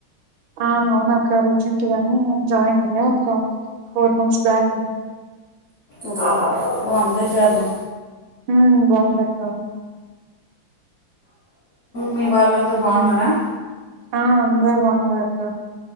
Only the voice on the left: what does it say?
ఓక బొందా జాబు
మీ వాళ్ళందరు బాగున్నారా